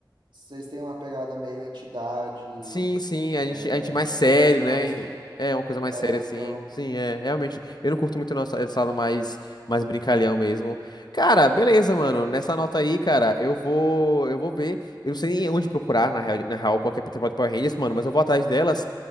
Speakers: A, on the right; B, on the left.
A: vocês têm uma pegada meio entidade,
B: Sim, sim, a
A: é,
B: gente, a gente é mais
A: envolvendo
B: sério, né?
A: mais.
B: E É uma coisa mais
A: É,
B: séria, assim.
A: então,
B: Sim, é, realmente. Eu não curto muito nosso estado mais, mais brincalhão mesmo. Cara, beleza, mano. Nessa nota aí, cara, eu vou, eu vou ver. Eu não sei nem onde procurar, na real, na real, qualquer temporada de Power Rangers, mano, mas eu vou atrás delas